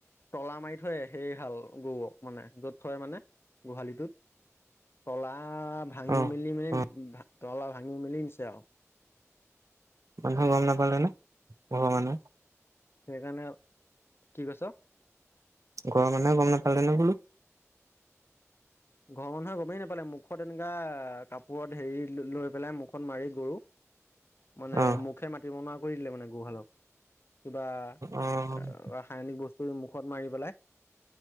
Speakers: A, on the left; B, on the right.
A: তলা মাৰি থয় সেই হাল গৰুক মানে য'ত থয় মানে গোহাঁলিটোত তলা। আহ, ভাঙি
B: অ'।
A: মেলি মানে
B: অ',
A: ভা তলা ভাঙি মেলি নিছে আৰু।
B: মানুহে গম নাপালে নে ঘৰৰ মানুহে।
A: সেইকাৰণে কি কৈছ।
B: ঘৰৰ মানুহে গম নেপালে নে বোলো।
A: ঘৰৰ মানুহে গমেই নোপালে মুখত এনেকা কাপোৰত হেৰি লৈ পেলাই মুখত মাৰি গৰু মানে
B: অ'।
A: মুখে মাতিব নোৱাৰা কৰি দিলে মানে গৰু হালক কিবা এ
B: অ',
A: ৰাসায়নিক বস্তু মুখত মাৰি পেলাই।